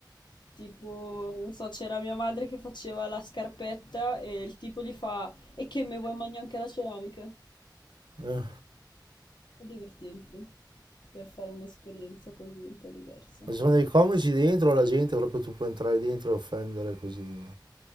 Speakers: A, on the left; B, on the right.
A: Tipo, non so, c'era mia madre che faceva la scarpetta e il tipo gli fa: E che me vuoi mangiare anche la ceramica?
B: Eh.
A: È divertente per fare un'esperienza così un po' diversa.
B: Ma ci sono dei comici dentro, la gente proprio tu puoi entrare dentro e offendere così.